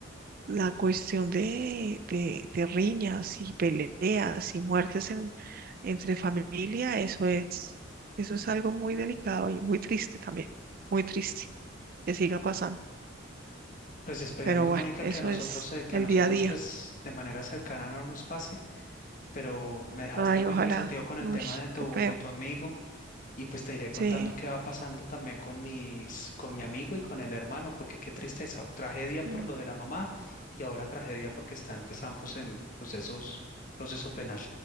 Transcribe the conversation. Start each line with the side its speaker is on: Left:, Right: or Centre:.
Right: la cuestión de, de, de riñas y peleas y muertes en, entre familia, eso es, eso es algo muy delicado y muy triste también, muy triste que siga pasando.
Left: Pues esperemos,
Right: Pero bueno,
Left: Mónica,
Right: eso
Left: que a nosotros,
Right: es
Left: eh, que
Right: el
Left: a nosotros,
Right: día a día.
Left: pues, de manera cercana no nos pase, pero me dejaste
Right: Ay,
Left: muy
Right: ojalá.
Left: pensativo con
Right: Uy,
Left: el tema de tu,
Right: qué feo.
Left: de tu amigo. Y pues te iré contando
Right: Sí,
Left: qué va pasando también con mis, con mi amigo y con el hermano, porque qué tristeza, tragedia por
Right: mm,
Left: lo de la mamá y ahora tragedia porque están pues ambos en procesos, proceso penal.